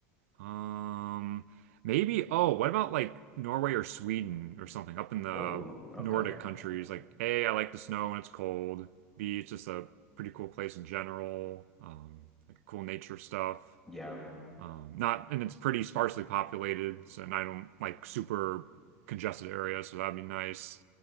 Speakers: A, on the right; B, in the centre.
A: Um, maybe, oh, what about like Norway or Sweden or something up in the
B: Oh, okay.
A: Nordic countries? Like, A, I like the snow when it's cold. B, it's just a pretty cool place in general. Um, like cool nature stuff.
B: Yeah,
A: Um, not, and it's pretty sparsely populated, so and I don't like super congested areas, so that'd be nice.